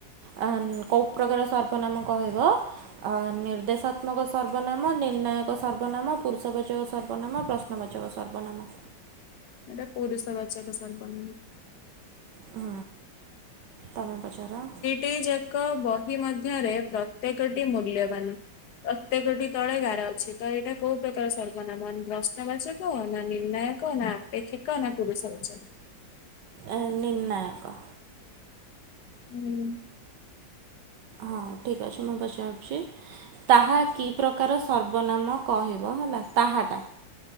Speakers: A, on the right; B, on the left.
A: କେଉଁ ପ୍ରକାର ସର୍ବନାମ କହିବ? ଅ ନିର୍ଦ୍ଦେଶାତ୍ମକ ସର୍ବନାମ, ନିର୍ଣ୍ଣାୟକ ସର୍ବନାମ, ପୁରୁଷବାଚକ ସର୍ବନାମ, ପ୍ରଶ ଶ୍ନ ବାଚକ ସର୍ବନାମ।
B: ଏଟା ପୁରୁଷ ବାଚକ ସର୍ବନାମ।
A: ହଁ ତମେ ପଚାର।
B: ଟି ଯାକ ବହି ମଧ୍ୟରେ ପ୍ରତ୍ୟେକଟି ମୂଲ୍ୟବାନ। ପ୍ରତେକଟି ତଳେ ଗାର ଅଛି ତ ଏଇଟା କୋଉ ପ୍ରକାର ସର୍ବନାମ ପ୍ରଶ୍ନ ବାଚ କ ନା ନିର୍ଣ୍ଣାୟକ ନା ଆପେକ୍ଷିକ ନା ପୁରୁଷ ବାଚକ?
A: ଆ ନିର୍ଣ୍ଣାୟକ।
B: <inaudible>
A: ହଁ ଠିକ୍ ଅଛି ମୁଁ ପଚାରୁଛି ତାହା କି ପ୍ର ତାର ସର୍ବନାମ କହିବ ହେଲା ତାହାଟା